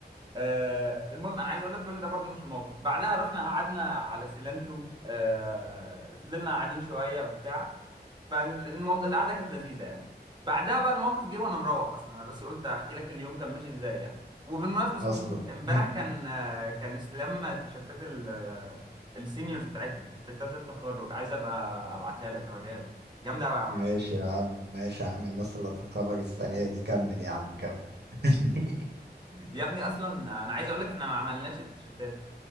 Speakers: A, on the right; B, on the right.
A: آه، المهم انا عايز اقول لك كل ده برضه مش الموقف بعدها رحنا قعدنا على سيلانترو آه، فضلنا قاعدين شويه وبتاع فالقعده كانت لذيذه يعني بعدها بقى الموقف جه وانا مروح اصلا انا بس قلت احكي لك اليوم كان ماشي ازاي يعني وبالمناسبه صحيح
B: اصلا
A: م- امبارح
B: <laughs>
A: كان آه، كان استلام تيشيرتات ال- آه، السينيورز بتاعتنا تيشيرتات التخرج عايز ابقى ابعتها لك اوريها لك جامده قوي يا عم
B: ماشي يا عم ماشي يا عم الناس اللي هتتخرج السنة دي كمل يا عم كمل <laughs>
A: يا ابني اصلا انا عايز اقول لك احنا ما عملناش التيشيرتات